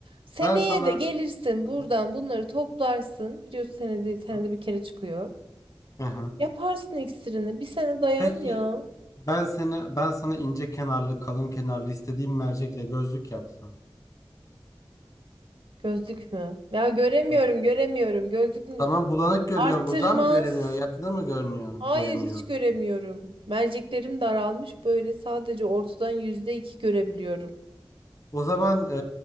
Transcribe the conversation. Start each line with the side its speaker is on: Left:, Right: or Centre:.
Right: Seneye
Left: ben sana
Right: de gelirsin buradan
Left: Hı hı,
Right: bunları toplarsın. Biliyorsun senede, senede
Left: hı hı.
Right: bir kere çıkıyor.
Left: Hı hı.
Right: Yaparsın iksirini. Bir sene dayan
Left: Peki
Right: ya.
Left: ben seni ben sana ince kenarlı, kalın kenarlı istediğim mercekle gözlük yapsam.
Right: Gözlük mü? Ya göremiyorum,
Left: Hı.
Right: göremiyorum. Gözlük
Left: Tamam bulanık görüyorsun.
Right: Arttırmaz.
Left: Uzağı mı göremiyorsun? Yakını mı görünüyor?
Right: Hayır
Left: Göremiyor.
Right: hiç göremiyorum. Merceklerim daralmış böyle sadece ortadan yüzde iki görebiliyorum.
Left: O zaman e,